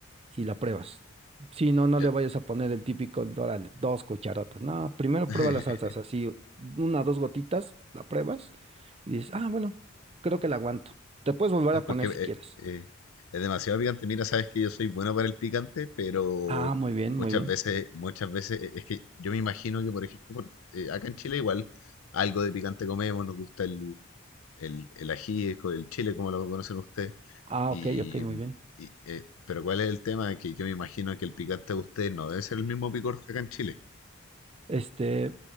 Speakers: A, on the right; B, on the left.
A: y la pruebas. Si no, no
B: ya.
A: le vayas a poner el típico, órale, dos cucharotas. No, primero
B: <laughs>
A: prueba las salsas, así, una, dos gotitas, la pruebas y dices, ah, bueno, creo que la aguanto. Te puedes volver
B: <laughs>
A: a
B: Porque
A: poner
B: eh,
A: si quieres.
B: eh, es demasiado picante. Mira, sabes que yo soy bueno para el picante, pero
A: Ah, muy bien,
B: muchas
A: muy bien.
B: veces, muchas veces, eh, es que yo me imagino que, por ejemplo, por- eh, acá en Chile igual algo de picante comemos, nos gusta el, el, el ají, co- el chile, como lo conocen ustedes.
A: Ah,
B: Y,
A: ok, ok, muy bien.
B: y, eh, pero ¿cuál es el tema? Que yo me imagino que el picante de ustedes no debe ser el mismo picor que acá en Chile.
A: Este,